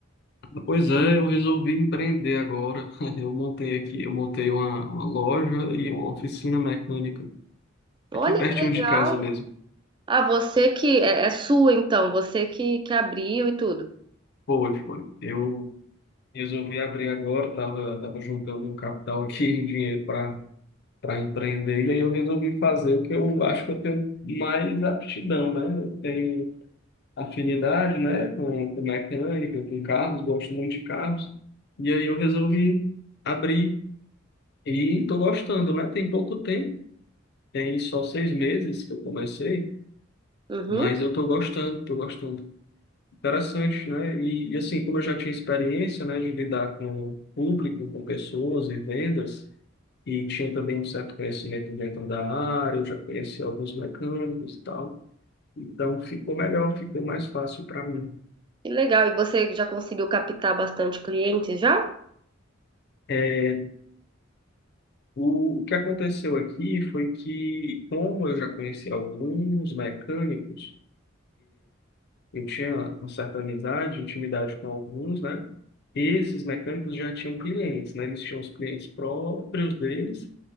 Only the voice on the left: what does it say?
Pois é, eu resolvi empreender agora. <laughs> Eu montei aqui, eu montei uma, uma loja e uma oficina mecânica
aqui pertinho
de casa mesmo.
Foi, foi. Eu resolvi abrir agora, tava, tava juntando um capital aqui, <laughs> um dinheiro para para empreender, e aí eu resolvi fazer o que eu acho que eu tenho mais aptidão, né? Eu tenho afinidade, né, com, com mecânica, com carros, gosto muito de carros. E aí eu resolvi abrir e tô gostando, né? Tem pouco tempo, tem só seis meses que eu comecei,
mas eu tô gostando, tô gostando. Interessante, né? E, e assim, como eu já tinha experiência, né, de lidar com o público, com pessoas e vendas, e tinha também um certo conhecimento dentro da área, eu já conheci alguns mecânicos e tal. Então ficou melhor, ficou mais fácil para mim.
É, O que aconteceu aqui foi que, como eu já conheci alguns mecânicos, eu tinha uma certa amizade, intimidade com alguns, né? Esses mecânicos já tinham clientes, né? Eles tinham os clientes próprios deles